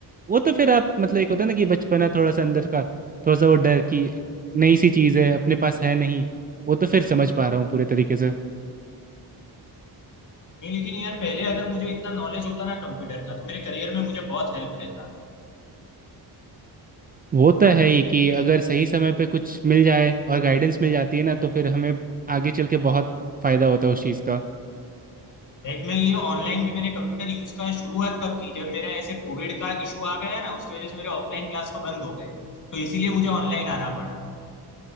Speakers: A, on the right; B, on the left.
A: वो तो फिर आप मतलब एक होता है ना कि बचपना थोड़ा सा अंदर का थोड़ा सा वो डर कि नई सी चीज़ है अपने पास है नहीं वो तो फिर समझ पा रहा हूँ पूरे तरीके से
B: नहीं लेकिन यार पहले अगर मुझे इतना नॉलेज होता ना कंप्यूटर का तो मेरे करियर में मुझे बहुत हेल्प रहता
A: वो तो है ही कि अगर सही समय पे कुछ मिल जाए और गाइडेंस मिल जाती है ना तो फिर हमें आगे चल के बहुत फायदा होता है उस चीज़ का
B: लाइक मैं ये ऑनलाइन भी मैंने कंप्यूटर यूज का शुरुआत कब की जब मेरा ऐसे कोविड का इशू आ गया ना उसकी वजह से मेरे ऑफलाइन क्लास तो बंद हो गए तो इसीलिए मुझे ऑनलाइन आना पड़ा